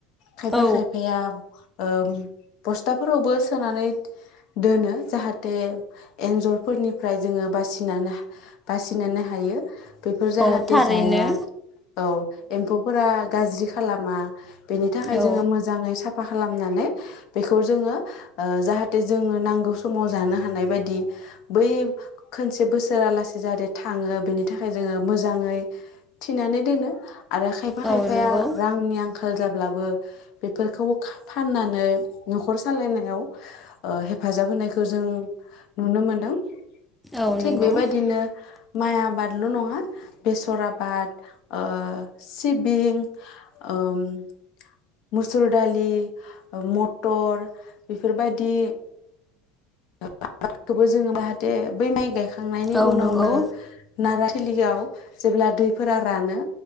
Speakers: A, on the left (about 65°); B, in the centre.
A: खायफा
B: औ
A: खायफाया ओ बस्थाफोरावबो सोनानै दोनो जाहाथे एन्जरफोरनिफ्राय जोंङो बासि बासिनानै हायो बेफोर जाहाथे
B: औ थारैनो
A: जाया औ एम्फौफोरा गाज्रि खालामा बेनि थाखाय
B: औ
A: जोंङो मोजांङै साफा खालामनानै बेखौ जोंङो जाहा जाहाथे जोंङो नांगौ समाव जानो हानाय बाददि बै खोनसे बोसोरालासे जाहाथे थांङो बेनि थाखाय जोंङो मोजांङै थिनानै दोनो आरो खायफा
B: औ
A: खायफाया
B: नंगौ
A: रांनि आंखाल जाब्लाबो बेफोरखौ फाननानै नखर सालायनायाव हेफाजाब होनायखौ जों नुनो मोनदों
B: औ
A: थिग
B: नंगौ
A: बेबायदिनो माइ आबादल नंङा बेसर आबाद ओ सिबिं ओ <inaudible> मसुर दालि मटर बेफोरबायदि आबादखौबो जोंङो दे बै माइ गायखांनायनि
B: औ
A: उनावनो
B: नंगौ
A: नारथिलियाव जेब्ला दैफोरा रानो